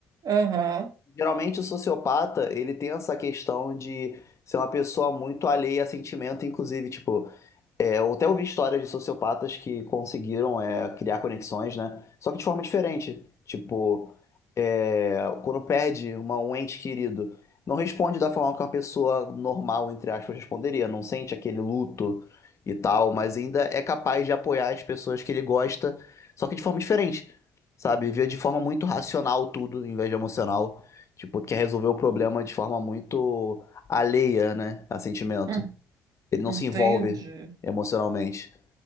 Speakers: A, on the right; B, on the left.
A: Aham,
B: Geralmente o sociopata, ele tem essa questão de ser uma pessoa muito alheia a sentimento, inclusive, tipo, É, eu até ouvi histórias de sociopatas que conseguiram é, criar conexões, né? Só que de forma diferente. Tipo, é, quando perde uma, um ente querido, não responde da forma que uma pessoa normal, entre aspas, responderia. Não sente aquele luto e tal, mas ainda é capaz de apoiar as pessoas que ele gosta, só que de forma diferente, sabe? Vê de forma muito racional tudo, em vez de emocional. Tipo, quer resolver o problema de forma muito alheia, né? A sentimento.
A: hum,
B: Ele não
A: entendi.
B: se envolve emocionalmente.